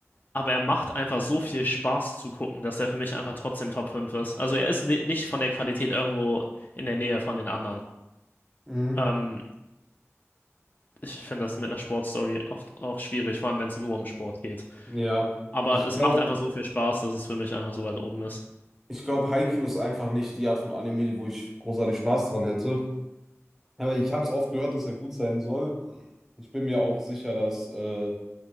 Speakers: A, on the left; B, in the centre.
A: aber er macht einfach so viel Spaß zu gucken, dass er für mich einfach trotzdem Top 5 ist. Also er ist ni- nicht von der Qualität irgendwo in der Nähe von den anderen.
B: Mhm.
A: Ähm, ich finde, das ist mit einer Sportstory oft auch schwierig, vor allem wenn es nur um Sport geht.
B: Ja,
A: Aber
B: ich
A: es
B: glaube,
A: macht einfach so viel Spaß, dass es für mich einfach so weit oben ist.
B: ich glaube, Haikyuu ist einfach nicht die Art von Anime, wo ich großartig Spaß dran hätte. Aber ich habe es oft gehört, dass er gut sein soll. Ich bin mir auch sicher, dass äh,